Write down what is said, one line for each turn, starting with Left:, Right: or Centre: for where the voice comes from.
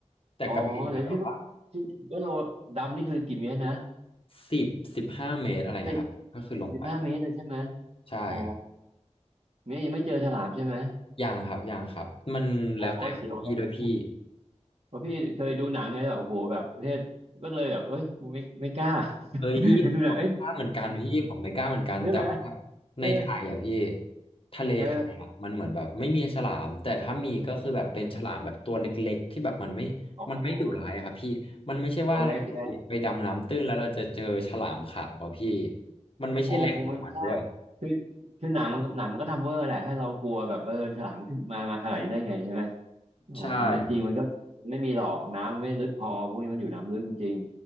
Left: แต่กระเบนก็แบบว่า
Right: อ๋อแต่ที่ว่าที่ว่าเราดำนี่คือกี่เมตรนะ
Left: สิบสิบห้าเมตรอะไรเงี้ยครับก็คือลงไป
Right: สิบสิบห้าเมตรเลยใช่ไหม
Left: ใช่ครับ
Right: อ๋อเมตรยังไม่เจอฉลามใช่ไหม
Left: ยังครับยังครับมันแล้วแต่พี่ด้วยพี่
Right: โอ้เสียวกันแล้วเพราะพี่เคยดูหนังไงแบบโอ้โหแบบประเภทก็เลยแบบเอ้ยกูไม่ไม่กล้า
Left: เฮ้ยพี่ผมกล้าเหมือนกันพี่ผมไม่กล้าเหมือนกันแต่ว่า
Right: <laughs> เห็นดูหนังเอ้ยใช่ไหมเออ
Left: ในไทยอ่ะพี่ทะเลไทยอ่ะมันเหมือนแบบไม่มีฉลามแต่ถ้ามีก็คือแบบเป็นฉลามแบบตัวเล็กๆที่แบบมันไม่มันไม่ดุร้ายอะครับพี่มันไม่ใช่ว่าเรา
Right: เอออ๋อตัวเล็กใช่ไหม
Left: ไปดำน้ำตื้นแล้วเราจะเจอฉลามขาวครับพี่มันไม่ใช่แหล่งของมันด้วย
Right: โอ้คงไม่ใช่คือคือหนังมันหนังมันก็ทำเวอร์แหละให้เรากลัวแบบเออฉลามขึ้นมามาขนาดนี้ได้ไงใช่ไหมอ๋อแต่จริงๆมันก็ไม่มีหรอกน้ำไม่ลึกพอพวกนี้มันอยู่น้ำลึกจริง
Left: ใช่ครับ